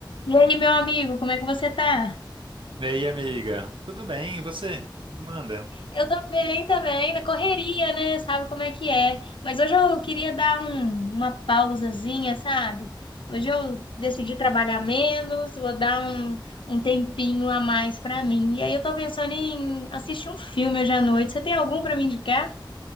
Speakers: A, on the left; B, on the right.
A: E aí, meu amigo, como é que você tá?
B: E aí, amiga? Tudo bem? E você? Manda.
A: Eu tô bem também, na correria, né? Sabe como é que é. Mas hoje eu queria dar um, uma pausazinha, sabe? Hoje eu decidi trabalhar menos, vou dar um, um tempinho a mais pra mim. E aí eu tô pensando em assistir um filme hoje à noite. Você tem algum pra me indicar?